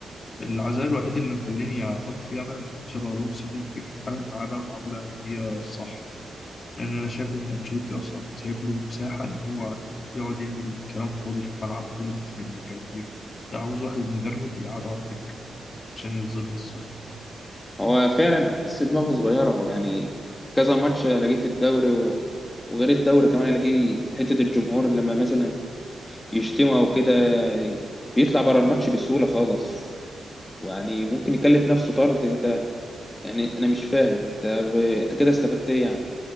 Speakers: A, on the left; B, on the left.
A: العزاء الوحيد اللي مخليني أحط فيه أمل إن شابي ألونسو ممكن يتعامل معاه بقى معاملة اللي هي الصح لأن أنا شايف إن أنشيلوتي أصلا سايب له مساحة إن هو يقعد يعمل كلام فاضي في الملعب ويقعد يتخانق مع الجماهير ده عاوز واحد مدرب يقعد على الدكة عشان يتظبط الصراحة
B: هو فعلا تحس دماغه صغيرة هو يعني كذا ماتش الاقيه في الدوري و... وغير الدوري كمان الاقيه حتة الجمهور لما مثلا يشتمه او كده بيطلع بره الماتش بسهولة خالص ويعني ممكن يكلف نفسه طرد انت يعني انا مش فاهم انت ب... انت كده استفدت ايه يعني